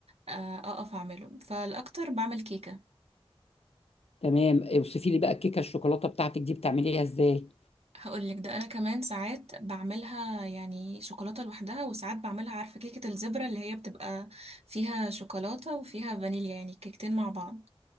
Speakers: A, on the right; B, on the left.
A: آه، اقف اعمله فالاكتر بعمل كيكة
B: تمام اوصفي لي بقى الكيكه الشوكولاته بتاعتك دي بتعمليها ازاي
A: هقولك ده انا كمان ساعات بعملها يعني شوكولاتة لوحدها وساعات بعملها عارفة كيكة الزبرة اللي هي بتبقى فيها شوكولاتة وفيها فانيليا يعني كيكتين مع بعض